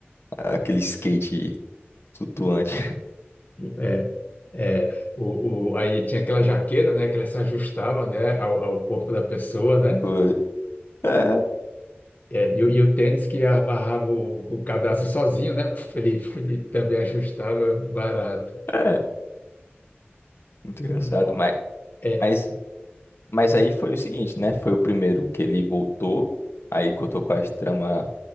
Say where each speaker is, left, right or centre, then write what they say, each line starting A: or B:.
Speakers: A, on the left (about 70°); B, on the left (about 45°).
A: aquele skate flutuante.
B: É, é. O, o, aí tinha aquela jaqueta, né, que ela se ajustava, né, ao, ao corpo da pessoa, né?
A: <laughs> É,
B: É, e, o e o tênis que amarrava o, o cadastro sozinho, né? Puf, Ele, ele também ajustava barato.
A: é, é, muito engraçado.
B: Um, ó,
A: Mas,
B: É,
A: mas, mas aí foi o seguinte, né? Foi o primeiro que ele voltou, aí contou com as tramas